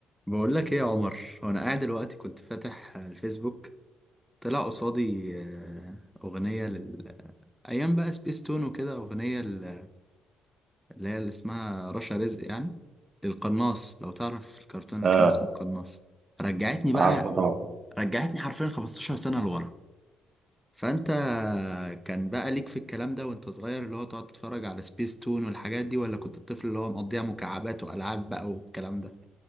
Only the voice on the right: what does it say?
اه
عارفه طبعا